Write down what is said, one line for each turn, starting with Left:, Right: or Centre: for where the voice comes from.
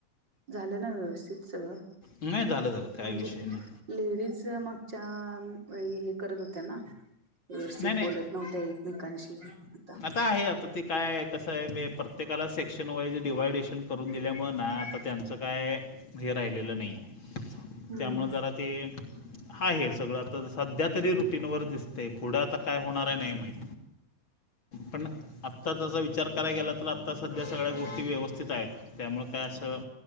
Right: झालं ना व्यवस्थित सगळं?
Left: नाय, झालं-झालं काय
Right: म्हणजे
Left: विषय नाय.
Right: लेडीज च्या मगच्या <inaudible> करत होत्या ना, व्यवस्थित
Left: नाही नाही
Right: बोलत नव्हत्या एकमेकांशी, आता
Left: काय आहे आता ती काय कसं आहे मी प्रत्येकाला सेक्शन वाईज डिवायडेशन करून दिल्यामुळ ना आता त्यांचं काय? हे राहिलेलं नाही
Right: हम्म
Left: त्यामुळं जरा ते हा हे सगळं आता सध्या तरी रुटीनवर दिसत ते पुढं आता काय होणार आहे नाही माहित पण आत्ताचा जर विचार करायला गेला तर आत्ता सध्या सगळ्या गोष्टी व्यवस्थित आहेत, त्त्यामुळं काय असं